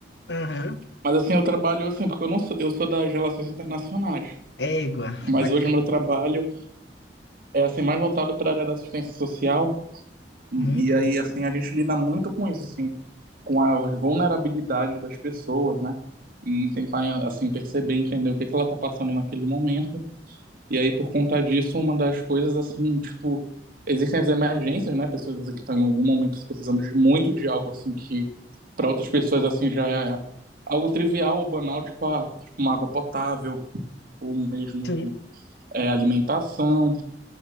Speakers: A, on the left; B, on the right.
A: aham,
B: Mas assim, eu trabalho assim, porque eu não sou, eu sou das relações internacionais.
A: égua,
B: Mas
A: bacana,
B: hoje o meu trabalho. é assim mais voltado para a área da assistência social
A: muito
B: e aí
A: bom.
B: assim a gente lida muito com isso assim com as vulnerabilidades das pessoas né e tentar assim perceber entender o que que ela está passando naquele momento e aí por conta disso uma das coisas assim tipo existem as emergências né pessoas assim, que estão em algum momento precisando de muito de algo assim que para outras pessoas assim já é algo trivial ou banal tipo, ah, tipo uma água potável ou mesmo
A: Sim.
B: é, alimentação